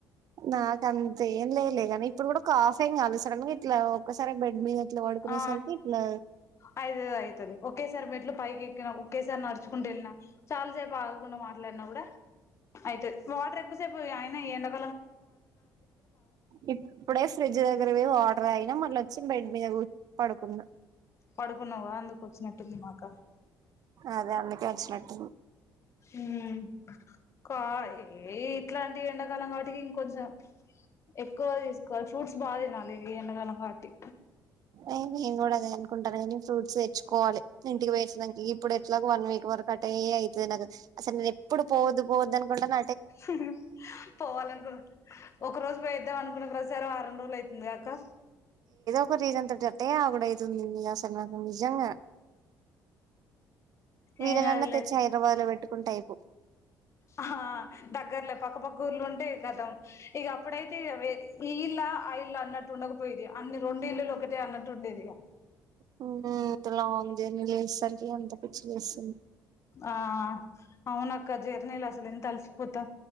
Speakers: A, on the right; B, on the left.
A: నాక్ అంతేమ్ లేలేగాని ఇపుడు కూడా కాఫ్ ఏం కాలే సడన్ గా ఇట్లా ఒక్కసరే బెడ్ మీద ఇట్లా పడుకునేసరికి
B: ఆ
A: ఇట్లా
B: ఆ అయ్ అయితది ఒకేసార్ మెట్లు పైకి ఎక్కిన గూడ ఒకేసార్ నడ్ చ్ కుంటూ ఎళ్ నా చాల్ సేప్ ఆగకుండా మాట్ లాడ్ నా గుడా అయితద్ వాటర్ ఎక్కుసేపు అయ్ నా ఈ ఎండక్
A: ఇప్ డే ఫ్రిడ్ జ్ దగ్గర పోయ్ వాటర్ దాగిన మల్ లో చిన్ బెడ్ మీద్ కూ పడుకున్నా
B: పడుకున్నావు కదా అందుకు వచ్చినట్టుంది మాకా
A: అదా అందుకే వచ్ నట్
B: ఉమ్మ్ కా ఈ ఇట్లాన్ ఈ ఎండాకాలం కావ్ ట్టికి ఇంకొంచ ఎక్కు తీస్ కోల్ ఫూట్స్ బా దినాలి ఈ ఎండకాలం వాటి
A: ఏల్ బి నేన్ గుడా అదే అన్ కుంటాన గానీ ఫూట్స్ తెచ్ కోవాలే ఇంటికి పోయాచ్ నంకి ఇప్ ఇప్ డేట్లాగో వన్ వీక్ వరక్ అటే అయ్ తద్ నకు అసల్ నే రేపుడు పోవోద్దు పోవోద్దు అనుకుంటన
B: ఉహ్ పోవాలన్ రోజ్ ఒక రోజు పోయో దామ్ అనుకున్న ప్రస్ సార్ వారామ్ రోల్ అయ్ తుంద్ గాఅక్క
A: కువ రీజన్ తొత్ తోట్టే ఆగుడయితుంది అసల్ నాకు నిజంగా వీలానన్నా
B: ఏం కాదులే
A: తెచ్ హైద్రబాద్ లో పెట్టుకుంటే అయిపో
B: ఆ హ దగ్గర్లే పక్కపక్క ఊర్లు ఉంటే కతం ఇగ అప్పుడైతే వే ఇ ఇల్ లా ఆ ఇల్ అనట్ ఉండక్ పోది అన్ డ్ల రొండు ఇల్లులు ఒకటే అన్నట్ టుండేదిగా ఇగ
A: హుహుమ్ ఇంత లాంగ్ జర్ నీల్ జేస్ సరికి అంత పిచ్ లేస్తుంది
B: ఆ ఔనక్క జర్ నీల్ అసల్ ఎంత అల్ సిపోతాం